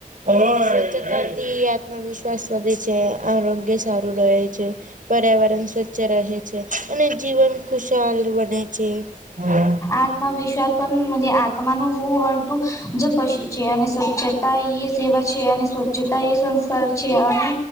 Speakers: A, on the right; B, on the left.
A: સ્વચ્છતાથી આત્મવિશ્વાસ વધે છે, અ આરોગ્ય સારું રહે છે. પર્યાવરણ સ્વચ્છ રહે છે, અને જીવન ખુશાલ બને છે. હા
B: આત્મવિશ્વાસ પણ મજે આત્માનું હું હ તુ જ કશી છે, અને સ્વચ્છતા એ સેવા છે, અને સ્વચ્છતા એ સંસ્કાર છે, અને